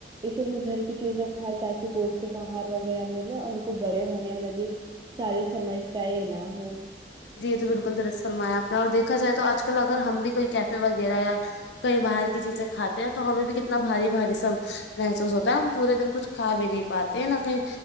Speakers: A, on the right (about 25°); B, on the left (about 80°).
A: اسی لیے گھر کی چیزیں کھائے تاکہ پوشٹک آہار وغیرہ ملے اور ان کو بڑے ہونے میں بھی ساری سمجھتا ہے نہ ہ
B: جی تو بالکل درس فرمایا اپنا اور دیکھا جائے تو آج کل اگر ہم بھی کوئی کیفے وغیرہ یا کئی باہر کی چیزیں کھاتے ہیں تو ہمیں بھی کتنا بھاری باری سب محسوس ہوتا ہے ہم پورے دن کچھ کھا بھی نہیں پاتے نہ کہیں